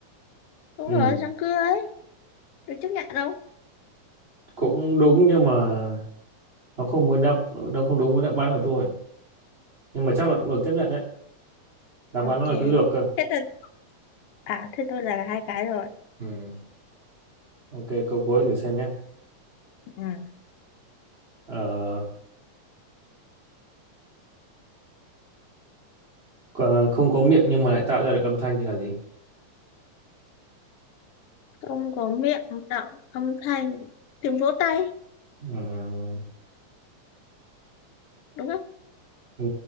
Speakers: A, on the left (about 65°); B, on the right (about 20°).
A: đúng
B: ừ
A: rồi răng cưa ấy được chấp nhận đâu
B: cũng đúng nhưng mà nó không muốn đáp nó không đúng với đáp án của tôi nhưng mà chắc là cũng được chấp nhận đấy đáp
A: ok
B: án nó là cái lược cơ
A: thế tôi à thế tôi là, là hai cái rồi
B: ừ. ok câu cuối thử xem nhé
A: ừ.
B: ờ, có- không có miệng nhưng mà lại tạo ra được âm thanh thì là gì
A: không có miệng tạo âm thanh tiếng vỗ tay
B: ừ.
A: đúng không
B: Ừ.